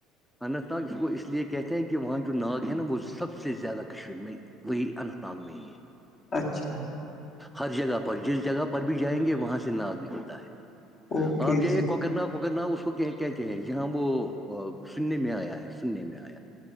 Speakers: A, in the centre; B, on the left.
A: اننت ناگ اس کو اس لیے کہتے ہیں کہ وہاں جو ناگ ہے نا وہ سب سے س سے زیادہ کشمیر میں وہی اننت ناگ میں ہی ہے
B: اچھا
A: ہر جگہ پر جس جگہ پر بھی جائیں گے وہاں سے ناگ نکلتا ہے
B: اوکے
A: آپ جائیے
B: سمجھ
A: کوکرنا کوکرنا اس کو کہ کے کہتے ہیں یہاں وہ سننے میں آیا ہے سننے میں آیا